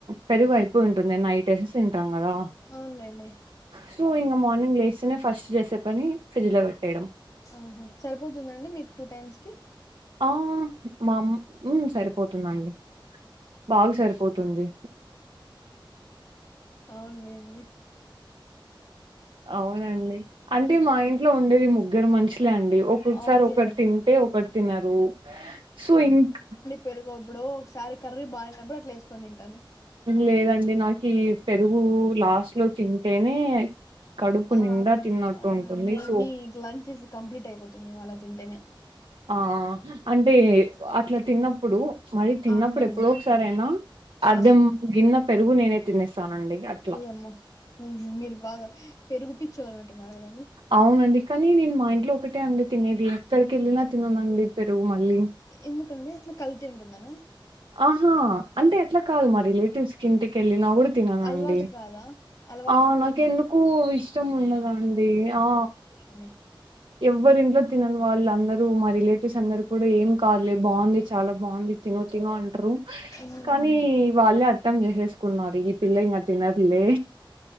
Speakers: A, on the right (about 70°); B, on the left (about 40°).
A: పెరుగు అయిపోయుంటుంది నైట్ ఏసేసింటం కదా
B: అవున్లెండి
A: సో ఇంగ మార్నింగ్ లేస్తేనే ఫస్ట్ చేసే పని ఫ్రిడ్జ్ లో పెట్టేయడం
B: ఊహు సరిపోతుందండి మీకు టూ టైమ్స్ కి
A: ఆ మామ్ ఊ సరిపోతుందండి బాగా సరిపోతుంది
B: అవునులేండి
A: అవునండి అంటే మా ఇంట్లో ఉండేది ముగ్గరు మనుషులే అండి ఒక్ క్కొక్కసారి
B: ఓకే
A: ఒకరు
B: ఓకే
A: తింటే ఒకరు తినరు సో ఇంక్
B: పెరుగెప్పుడో ఒకసారి కర్రీ బాలేనప్పుడు అట్లా ఏసుకొని తింటాను
A: లేదండి నాకి ఈ పెరుగు లాస్ట్ లో తింటేనే కడుపు
B: ఆ
A: నిండా తిన్నట్టు
B: అవునండి
A: ఉంటుంది
B: మీ
A: సో
B: మీక్ లంచ్ ఇస్ కంప్లీట్ అయిపోతుందేమో అలా తింటేనే
A: ఆ అంటే అట్లా తిన్నప్పుడు మరి తిన్నప్పుడు
B: అవునులేండి
A: ఎప్పుడో ఒకసారయినా అర్ధం
B: ఆ
A: గిన్నె పెరుగు నేనే తినిస్తానండి అట్
B: ఓయమ్మో మీ మీరు బాగా పెరుగుపిచ్చోర్ ఉన్నట్టు ఉన్నారు కదండి
A: అవునండి కానీ నేను మా ఇంట్లో ఒకటే అండి తినేది ఎక్కడికి ఎళ్ళినా తిననండి పెరుగు మళ్ళీ
B: ఎందుకండి అట్లా కల్తీ ఉంటుందనా
A: ఆహా అంటే అట్లా కాదు మా రిలేటివ్స్ కి ఇంటికెళ్ళినా కూడా తిననండి
B: అలవాటు కాదా అలవా
A: ఆ
B: ఐ
A: నాకెందుకో
B: మీన్
A: ఇష్టం ఉండదండి ఆ
B: ఎన్ని
A: ఎవ్వరి ఇంట్లో తినన్ వాళ్ళ అందరూ మా రిలేటివ్స్ అందరూ కూడా ఏం కాదులే బావుంది చాలా బావుంది తిను తిను అంట్రు
B: హ్మ్
A: కానీ వాళ్ళే అర్థం జేసేసుకున్నారు ఇద్ పిల్ల ఇంగ తినద్ లే